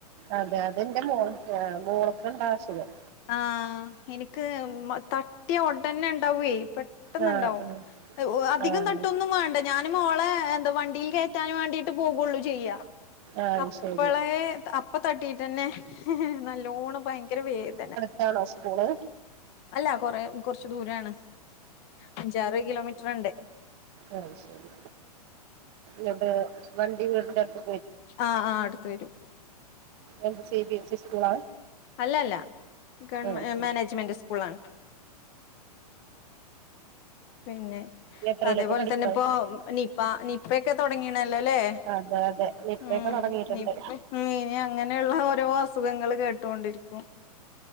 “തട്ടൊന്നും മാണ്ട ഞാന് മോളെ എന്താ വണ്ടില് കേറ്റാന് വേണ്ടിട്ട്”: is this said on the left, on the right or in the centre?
Left